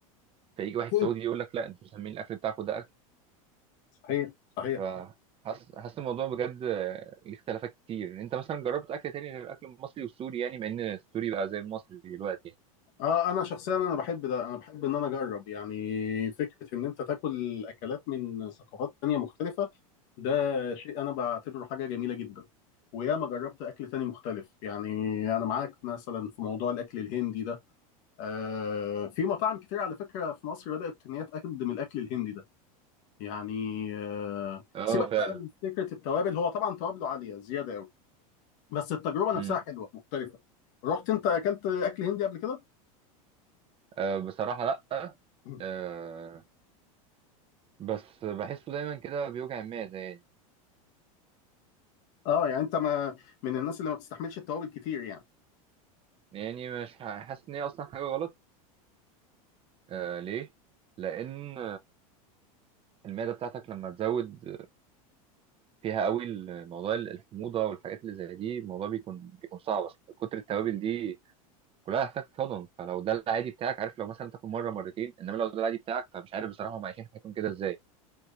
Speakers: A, on the right; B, on the left.
A: فيجي
B: أكيد.
A: واحد سعودي يقول لك لا انتوا مسمين الاكل بتاعكم ده اكل
B: صحيح صحيح
A: فحاسس حاسس حاسس الموضوع بجد آه، ليه اختلافات كتير انت مثلا جربت اكل تاني غير الاكل المصري والسوري يعني مع ان السوري بقى زي المصري دلوقتي
B: اه انا شخصيا انا بحب ده انا بحب ان انا اجرب يعني فكرة ان انت تاكل اكلات من ثقافات تانية مختلفة ده شيء انا بعتبره حاجة جميلة جدا وياما جربت اكل تاني مختلف يعني انا معاك مثلا في موضوع الاكل الهندي ده آه في مطاعم كتير على فكرة في مصر بدأت ان هي تقدم الاكل الهندي ده يعني آه،
A: اه
B: سيبك
A: فعلا
B: بقى من فكره التوابل هو طبعا توابله عاليه زياده قوي بس التجربه نفسها
A: امم
B: حلوه مختلفه رحت انت اكلت اكل هندي قبل كده
A: آه بصراحة لأ
B: <clears throat>
A: آه بس بحسه دايما كده بيوجع المعدة يعني
B: اه يعني انت ما من الناس اللي ما بتستحملش التوابل كتير يعني
A: يعني مش ح- حاسس إن هي أصلا حاجة غلط آه ليه؟ لأن المعدة بتاعتك لما تزود فيها قوي الموضوع ال- الحموضة والحاجات اللي زي دي الموضوع بيكون بيكون صعب أصلا كتر التوابل دي كلها هتحتاج تهضم فلو ده العادي بتاعك عارف لو مثلا تاكل مرة مرتين إنما لو ده العادي بتاعك فمش عارف بصراحة هم عايشين حياتهم كده إزاي